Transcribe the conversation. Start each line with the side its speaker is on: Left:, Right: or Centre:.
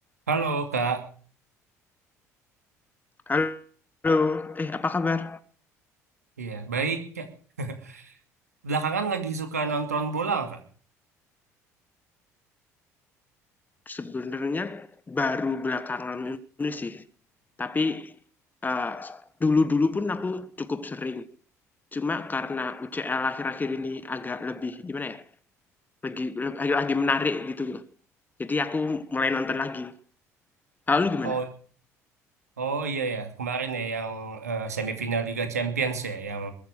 Right: Halo Kak,
Left: Halo, eh apa kabar?
Right: iya baik Kak. <laughs> Belakangan lagi suka nonton bola nggak, Kak?
Left: Sebenarnya baru belakangan ini sih, tapi eh, dulu-dulu pun aku cukup sering. Cuma karena UCL akhir-akhir ini agak lebih gimana ya, lagi le- lagi, lagi menarik gitu loh. Jadi aku mulai nonton lagi. Lalu gimana?
Right: Oh, oh iya ya, kemarin ya yang eh, semifinal Liga Champions ya, yang